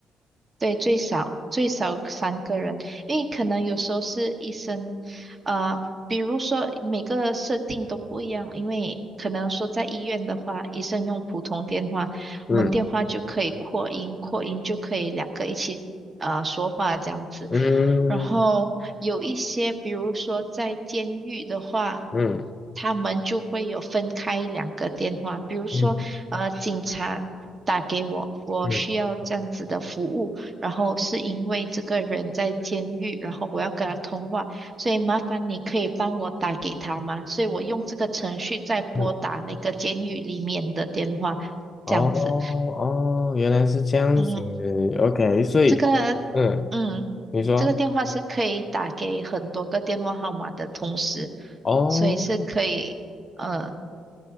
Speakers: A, on the right; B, on the left.
A: 对，最少最少三个人，因为可能有时候是医生，呃，比如说每个设定都不一样，因为可能说在医院的话，医生用普通电话，
B: 嗯
A: 我们电话就可以扩音，扩音就可以两个一起呃说话这样子。
B: 嗯
A: 然后有一些，比如说在监狱的话，
B: 嗯
A: 他们就会有分开两个电话，比如说呃警察。
B: 嗯
A: 打给我，我需要这样子的服务，
B: 嗯
A: 然后是因为这个人在监狱，然后我要跟他通话，所以麻烦你可以帮我打给他吗？所以我用这个程序在拨打那个监狱里面的电话，
B: 嗯，哦哦，
A: 这样子。
B: 原来是这样子
A: 嗯，
B: ，OK，所以嗯，
A: 这个，嗯，
B: 你说
A: 这个电话是可以打给很多个电话号码的同时，
B: 哦，
A: 所以是可以，呃，